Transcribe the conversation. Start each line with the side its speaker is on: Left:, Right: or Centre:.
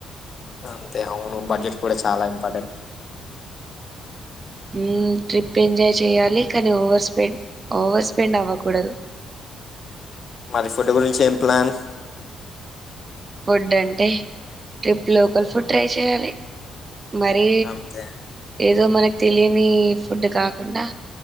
Left: అంతే అవును బడ్జెట్ కూడా చాలా ఇంపార్టెంట్
Right: హు ట్రిప్ ఎంజాయ్ చేయాలి. కానీ ఓవర్ స్పెండ్ ఓవర్ స్పెండ్ అవ్వకూడదు.
Left: మరి ఫుడ్ గురించి ఏం ప్లాన్
Right: ఫుడ్ అంటే ట్రిప్ లోకల్ ఫుడ్ ట్రై చేయాలి. మరి
Left: అంతే
Right: ఏదో మనకి తెలియని ఫుడ్ కాకుండా